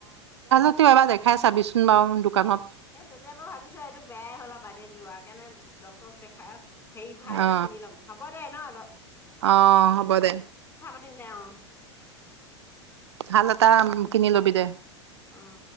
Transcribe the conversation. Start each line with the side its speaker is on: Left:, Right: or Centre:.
Right: তেও এবাৰ দেখাই চাবিচোন বাও দোকানত।
Left: সেই তেতিয়া মই ভাবিছো এইটো বেয়াই হ'ল আও বাদেই দিলো আও সেইকাৰণে ডক্তৰক দেখাই আও হেৰি ভাল
Right: অ
Left: এটা কিনি ল'ম হ'ব- প্লেই ন অল <unintelligible>
Right: অ- হ'ব দে।
Left: উম দে অ
Right: ভাল এটা কিনি লবি দে।
Left: অ-